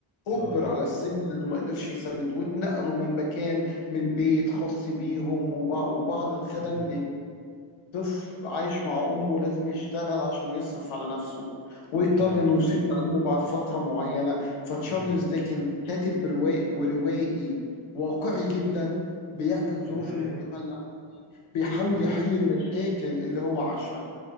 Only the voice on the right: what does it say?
اه
امم
اه
امم
ايوه
امم